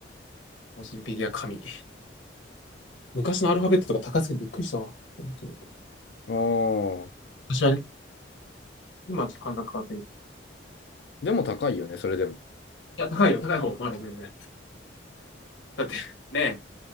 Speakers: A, on the left; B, on the left.
A: マジでビディア神。昔のアルファベットとか高すぎてびっくりしたわ。本当に
B: ああ、
A: 私はね、今はちょっと感覚変わってる。
B: でも高いよね、それでも。
A: いや、高いよ、高い方、まだ全然。だって、<laughs> ね